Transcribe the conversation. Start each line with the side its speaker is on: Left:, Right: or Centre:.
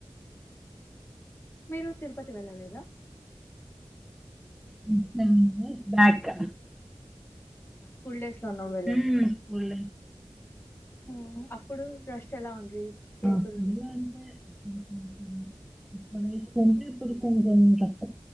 Left: మీరు తిరుపతి వెళ్ళలేదు
Centre: ఉహుహు బా క
Left: ఫుల్ డేస్ లో ఉన్నప్పుడు
Centre: ఊ స్కూల్
Left: ఉ అప్పుడు రష్ ఎలా ఉంది పీపుల్
Centre: ఆ ఫుల్ అంటే అప్పుడు తీస్కుంటే ఇప్పుడు కొంచెం త